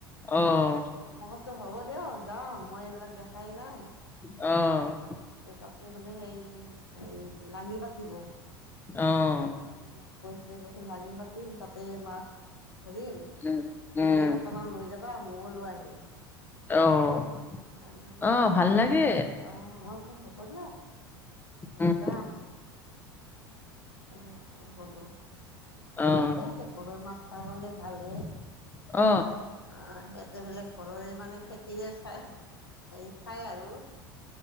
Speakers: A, on the left (about 15°); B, on the left (about 80°).
A: অঁহ।
B: অ মই কৈছোঁ হ'ব দিয়ক যাওঁ মই এইবিলাক দেখাই নাই,
A: অ',
B: আঁ এ তাতে মানে সেই এই লাঙি পাতিব।
A: অহ
B: তাৰমানে মোক কৈছে কৈছে লাঙি পাতিম তাতে মাছ ধৰিম
A: উম, উম,
B: তুমিও অকমান লৈ যাবা মোল টো আহি
A: অ',
B: আহে নাহে
A: অ',
B: মই
A: ভাল লাগে
B: বোলো <unintelligible> উম হ'ব দিয়ক
A: উম,
B: যাম। <unintelligible> অহ হব, অহ
A: অ',
B: কেতিয়াকে পদৰ মাছ খাব পালে ভাল হে।
A: অ
B: অ সিহঁতে বোলে ঘৰৰে মানে খেতিৰে খাই। হেৰি খায় আৰু